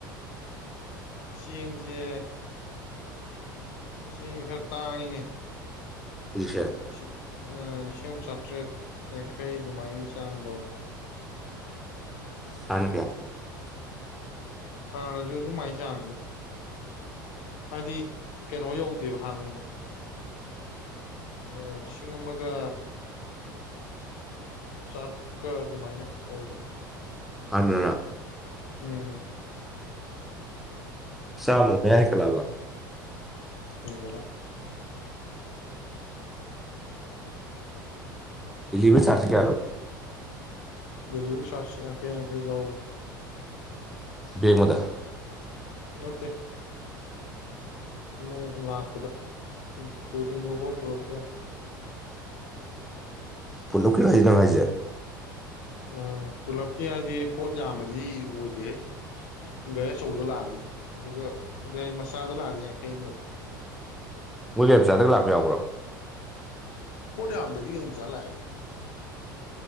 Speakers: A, on the left; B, in the centre.
A: ꯆꯦꯡꯁꯦ ꯁꯤꯅꯤ ꯈꯔ ꯇꯥꯡꯉꯤꯅꯦ
B: ꯄꯩꯁꯌꯥ <unintelligible>
A: ꯂꯤꯁꯤꯡ ꯂꯤꯁꯤꯡ ꯑꯝ ꯆꯥꯇ꯭ꯔꯦꯠ ꯌꯥꯡꯈꯩ ꯗꯨꯃꯥꯏ ꯆꯥꯡꯗꯧ
B: ꯊꯅ ꯀ <unintelligible>
A: ꯍꯥꯟꯅꯁꯨ ꯑꯗꯨ ꯃꯥꯏꯅ ꯆꯥꯡꯁꯦ ꯍꯥꯏꯗꯤ ꯀꯩꯅꯣ ꯌꯧꯗꯦꯕ ꯍꯥꯟꯅꯩꯅ ꯑ ꯂꯤꯁꯤꯡ ꯑꯃꯒ ꯆꯥꯇ꯭ꯔꯨꯛꯀ ꯑꯗꯨꯃꯥꯏꯅ ꯑꯣꯏꯕ
B: ꯍꯥꯟꯅꯅ
A: ꯎꯝ
B: ꯆꯥꯕꯂ ꯃꯌꯥꯏ ꯍ‌ꯦꯟꯒꯠꯂꯕ
A: ꯍꯒꯠꯂꯦ
B: ꯗꯤꯂꯤꯚꯔꯤ ꯆꯥꯔꯁꯁꯤ ꯀꯌꯥ ꯂꯧꯒ‌ꯦ
A: ꯗꯤꯂꯤꯚꯔꯤ ꯆꯥꯔꯁ ꯌꯥꯡꯈꯩ ꯌꯥꯡꯈꯩ ꯂꯧꯕꯅꯤ
B: ꯕꯦꯃꯗꯥ
A: ꯅꯠꯇꯦ ꯃꯣꯏ ꯂꯥꯛꯄꯗ ꯎꯝ <unintelligible>
B: ꯄꯨꯂꯞꯀꯤꯔꯣ ꯍꯥꯏꯗꯤ ꯅꯪ ꯍꯥꯏꯁꯦ
A: ꯑ ꯄꯨꯂꯞꯀꯤ ꯍꯥꯏꯗꯤ ꯄꯣꯠ ꯌꯥꯝꯕꯗꯤ ꯑꯣꯏꯗꯦꯍꯦ ꯒꯥꯔꯤ ꯑꯆꯧꯕꯗ ꯂꯥꯛꯑꯗꯤ ꯑꯗꯨꯒ ꯒꯥꯔꯤ ꯃꯆꯥꯗ ꯂꯥꯛꯑꯗꯤ ꯌꯥꯡꯈꯩꯅꯦꯕ
B: ꯃꯣꯏꯒꯤ ꯒꯔꯤꯃꯆꯥꯗꯒ ꯂꯥꯛꯄ ꯌꯥꯎꯕ꯭ꯔꯣ
A: ꯄꯣꯠ ꯌꯥꯝꯗ꯭ꯔꯗꯤ ꯒꯔꯤ ꯃꯆꯥ ꯂꯥꯛꯑꯦ